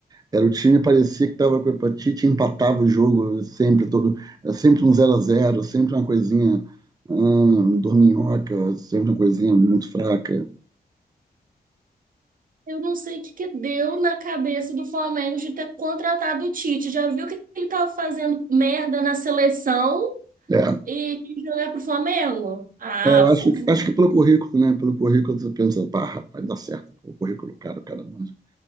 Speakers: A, on the right; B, on the right.
A: Era o time parecia que estava com hepatite, empatava o jogo sempre todo, era sempre um zero a zero, sempre uma coisinha hum, dorminhoca, sempre uma coisinha muito fraca.
B: Eu não sei o que que deu na cabeça do Flamengo de ter contratado o Tite. Já viu que ele tava fazendo merda na seleção
A: É,
B: e quis jogar pro Flamengo? Ah,
A: é, eu
B: por
A: acho
B: favor.
A: que acho que pelo currículo, né? Pelo currículo você pensa, pá, rapaz, dá certo. Pô, O currículo, cara, o cara manja.